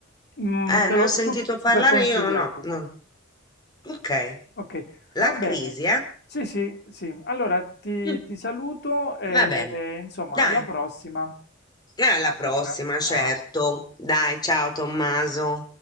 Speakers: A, on the left; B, on the left.
A: Mm,
B: Eh,
A: te
B: ne
A: l'ho
B: ho
A: su-
B: sentito
A: super
B: parlare
A: consigliato.
B: io, no, no. Ok.
A: Ok, va
B: La
A: bene.
B: crisi, eh?
A: Sì, sì, sì. Allora ti,
B: Mm,
A: ti saluto e
B: va bene.
A: e, insomma
B: Dai,
A: alla prossima.
B: e alla
A: Ciao,
B: prossima,
A: Nicla.
B: certo.
A: Ciao.
B: Dai, ciao Tommaso.